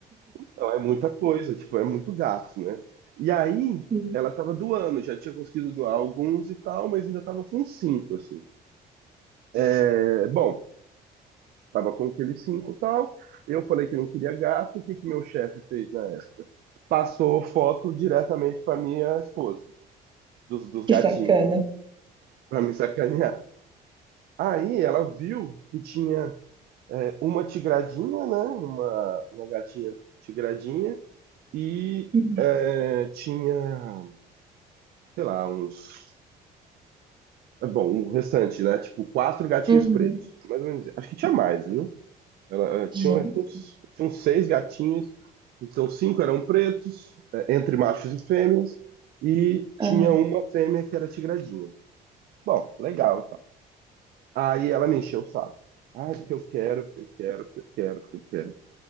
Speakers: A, on the right; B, on the right.
A: Então é muita coisa, tipo, é muito gato, né? E aí
B: Hum,
A: ela tava doando, já tinha conseguido doar alguns e tal, mas ainda tava com cinco, assim. É, bom, tava com aqueles cinco e tal. Eu falei que não queria gato, o que que meu chefe fez na época? Passou foto diretamente pra minha esposa, dos, dos
B: Que
A: gatinhos,
B: sacana.
A: pra me sacanear. Aí ela viu que tinha é, uma tigradinha, né? Uma, uma gatinha tigradinha e
B: Uhum.
A: é, tinha, sei lá, uns. é Bom, o restante, né? Tipo, quatro gatinhos
B: Uhum.
A: pretos. Mais ou menos. Acho que tinha mais, viu? Ela, eh,
B: Gente,
A: tinha, acho que uns, tinha uns seis gatinhos, então cinco eram pretos, eh, entre machos e fêmeas, e tinha
B: aham.
A: uma fêmea que era tigradinha. Bom, legal, tá. Aí ela me encheu o saco. Ai, porque eu quero, porque eu quero, porque eu quero, porque eu quero.